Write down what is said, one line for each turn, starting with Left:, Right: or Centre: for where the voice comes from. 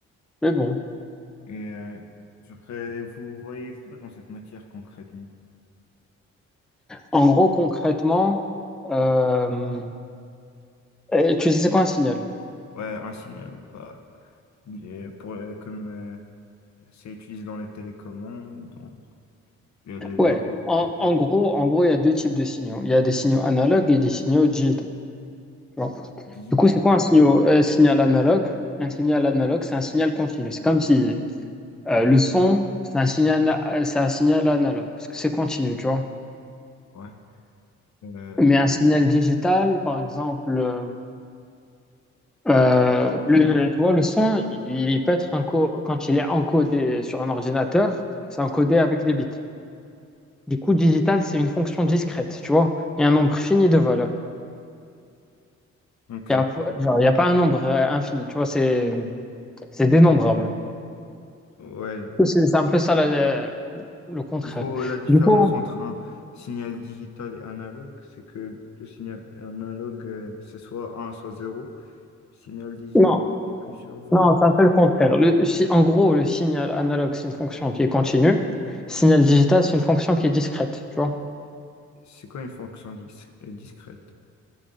Centre: Mais bon,
Left: Et euh, je voudrais- vous voyez quoi dans cette matière concrètement?
Centre: en gros, concrètement, euh, euh, tu sais, c'est quoi un signal?
Left: Ouais, un signal, pas. il est Pour, euh, comme. euh, C'est utilisé dans les télécommandes, dans les réseaux,
Centre: Ouais, en,
Left: tout ça.
Centre: en gros, en gros, il y a deux types de signaux. Il y a des signaux analogues et des signaux digitaux. tu
Left: Digitaux,
Centre: Du coup, c'est quoi un signal, euh, signal analogue? Un signal analogue, c'est un signal continu. C'est comme si euh, le son, c'est un signal, euh, c'est un signal analogue, parce que c'est continu, tu vois.
Left: ouais. Euh,
Centre: Mais un signal digital, par exemple, euh, euh, le, tu vois, le son, il peut être enco- quand il est encodé sur un ordinateur, c'est encodé avec des bits. Du coup, digital, c'est une fonction discrète, tu vois. Il y a un nombre fini de valeurs.
Left: ok.
Centre: Il n'y a, genre, il y a pas un nombre euh, infini, tu vois, c'est c'est dénombrable.
Left: Ouais.
Centre: C'est c'est un peu ça la- le contraire.
Left: Du coup, la différence
Centre: Du coup,
Left: entre un signal digital et analogue, c'est que le signal analogue, euh, c'est soit un soit 0. Signal digital,
Centre: non,
Left: c'est plusieurs valeurs.
Centre: non, c'est un peu le contraire. Le, si- en gros, le signal analogue, c'est une fonction qui est continue. Signal digital, c'est une fonction qui est discrète, tu vois.
Left: C'est quoi une fonction dis- euh, discrète?